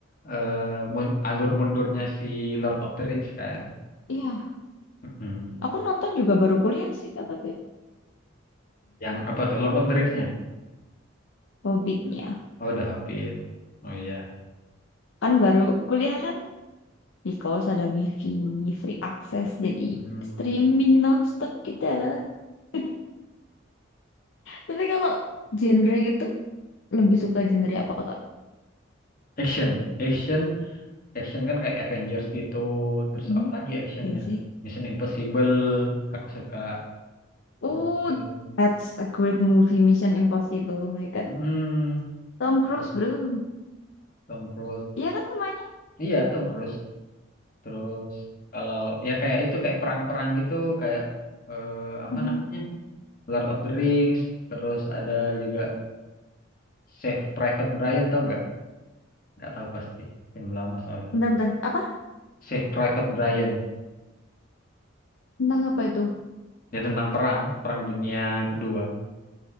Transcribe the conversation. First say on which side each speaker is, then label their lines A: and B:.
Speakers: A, on the left (about 45°); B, on the left (about 65°).
A: eh, mun- alur mundurnya si Lord of the Rings kan.
B: iya,
A: Mm-mm.
B: aku nonton juga baru kuliah sih Kak tapi
A: Yang apa tuh? Lord of the Rings-nya?
B: Hobbitnya.
A: Oh, The Hobbit. Oh iya.
B: Kan baru kuliah kan because ada wifi, free access, jadi
A: Hmm.
B: streaming nonstop kita. <laughs> Tapi kalau genre gitu Lebih suka genre apa, Kak?
A: Action. Action. Action kan kayak Avengers gitu. Terus
B: Mhm.
A: apalagi actionnya?
B: Iya sih.
A: Mission Impossible. Aku suka.
B: Oh,
A: Terus film.
B: that's a great movie, Mission Impossible. Oh my God.
A: Mm-mm.
B: Tom Cruise,
A: Terus
B: bro.
A: Tom Cruise.
B: Iya kan semuanya?
A: Iya, Tom Cruise. Terus kalau ya kayak itu kayak perang-perang gitu kayak eh, apa
B: Mhm.
A: namanya? Lord of the Rings. Terus ada juga Save Private Brian tau nggak? Nggak tahu pasti. Film lama soalnya.
B: Bentar-bentar. Apa?
A: Save Private Brian.
B: Tentang apa itu?
A: Ya tentang perang, perang dunia kedua.